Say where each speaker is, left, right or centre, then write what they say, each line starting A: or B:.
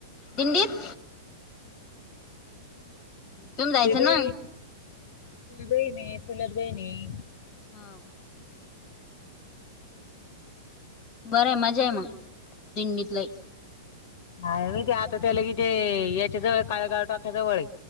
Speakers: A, on the left; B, on the left.
A: दिंडीत? तुम्ही जायचं
B: बीबाई,
A: ना
B: चुलतबहीण हेय चुलतबहीण हेय.
A: हाव. बरय मजे मग दिंडीतलई.
B: ह, मी ते आता त्याला किथे याच्या जवळ काळेगाव टाक्याजवळ हाय.